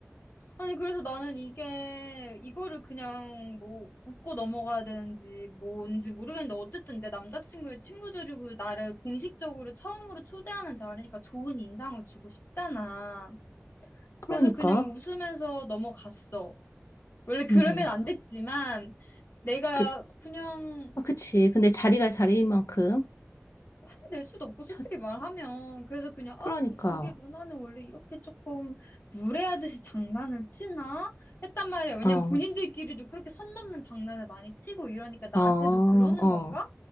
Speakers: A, on the left (about 45°); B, on the left (about 75°).
A: 아니, 그래서 나는 이게, 이거를 그냥 뭐, 웃고 넘어가야 되는지 뭔지 모르겠는데, 어쨌든 내 남자친구의 친구들이고 나를 공식적으로 처음으로 초대하는 자리니까 좋은 인상을 주고 싶잖아.
B: 그러니까.
A: 그래서 그냥 웃으면서 넘어갔어. 원래 그러면
B: 음,
A: 안 됐지만, 내가
B: 그,
A: 그냥
B: 아, 그치. 근데 자리가 자리인 만큼.
A: 화를 낼 수도 없고, 솔직히
B: 참,
A: 말하면. 그래서 그냥, 아,
B: 그러니까.
A: 뭐 독일 문화는 원래 이렇게 조금 무례하듯이 장난을 치나? 했단 말이야. 왜냐면
B: 어,
A: 본인들끼리도 그렇게 선 넘는 장난을 많이 치고 이러니까 나한테도
B: 어,
A: 그러는
B: 어,
A: 건가?